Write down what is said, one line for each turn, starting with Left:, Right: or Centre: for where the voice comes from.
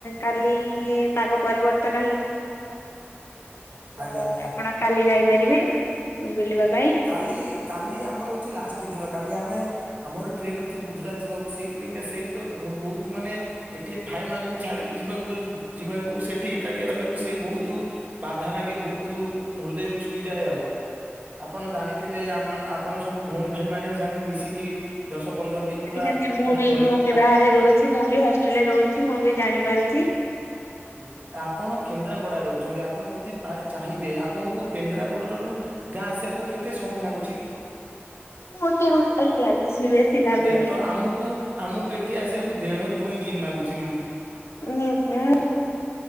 Left: କାଲି ପାଗ ପରିବର୍ତ୍ତନ ହେଇଯିବ। ତ
Right: ଆଜ୍ଞା ଆଜ୍ଞା।
Left: ଆପଣ କାଲି ଯାଇପାରିବେ ବୁଲିବା ପାଇଁ।
Right: କାଲି କାଲି ଆମର ହଉଛି ଲାଷ୍ଟ ଦିନ କାଲି ଆମେ ଆମର ଟ୍ରେନ ଅଛି ଗୁଜୁରଟ ଯିବାକୁ ସେଇଥିପାଇଁକା ସେଇ ତ ଭ ବହୁତ ମାନେ ଏଠି ଭାଇମାନଙ୍କୁ ଛାଡିକି ଯିବାକୁ ଯିବାକୁ ସେଠି ଏକାଟିଆ ରହିଆ ବାକୁ ସେଇ ବହୁତୁ ବାଧା ନାଗେ ବହୁତୁ ହୃଦୟକୁ ଛୁଇଁଯାଏ ଆଉ।
Left: ହଁ
Right: ଆପଣ ଜାଣିଥେବେ ଆମ ଆପଣ ସବୁ ଭଉଣୀ ଭାଇମାନଙ୍କ ସାଙ୍ଗରେ ମିଶିକି ଦଶ ପନ୍ଦର
Left: <unintelligible>
Right: ଦିନ ପୁରା
Left: ମୁଁ
Right: ମାନେ
Left: ବି
Right: ଭଲ
Left: ମୁଁ
Right: କି
Left: ବି ବାହାରେ ରହୁଛି ମୁଁ ବି ହଷ୍ଟେଲରେ ରହୁଛି ମୁଁ ବି ଜାଣିପାରୁଛି।
Right: ଆଜ୍ଞା ଆପଣ କେନ୍ଦ୍ରାପଡାରେ ରହୁଛନ୍ତି ଆପଣ ଯଦି ଚା ଚାହିଁବେ ଆପଣଙ୍କୁ କେନ୍ଦ୍ରାପଡାରୁ ଗାଁ ଆସିଆକୁ କେତେ ସମୟ ନାଗୁଛି?
Left: ଗୋଟେ ଘଣ୍ଟା ହିଁ ଲାଗୁଛି ବେଶୀ ଲାଗୁନି
Right: ଆଜ୍ଞା ତ ଆମୁକୁ ଆମୁକୁ ଏଠି ଆସିଆକୁ ଦେଢ ଦୁଇ ଦିନ ନାଗୁଚି ଉଁ
Left: <unintelligible>